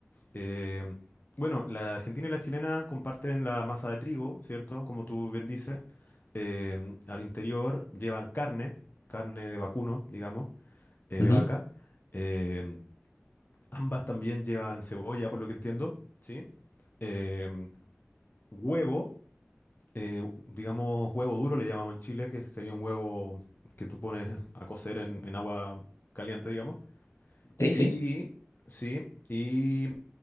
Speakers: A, on the left (about 45°); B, on the left (about 80°).
A: Eh, bueno, la argentina y la chilena comparten la masa de trigo, ¿cierto? Como tú bien dices. Em, al interior llevan carne, carne de vacuno, digamos, eh,
B: Ujú.
A: de vaca. Em, ambas también llevan cebolla, por lo que entiendo, ¿sí? Em, huevo. eh, digamos, huevo duro le llamamos en Chile, que sería un huevo que tú pones a cocer en, en agua caliente, digamos.
B: Sí, sí.
A: Y sí, y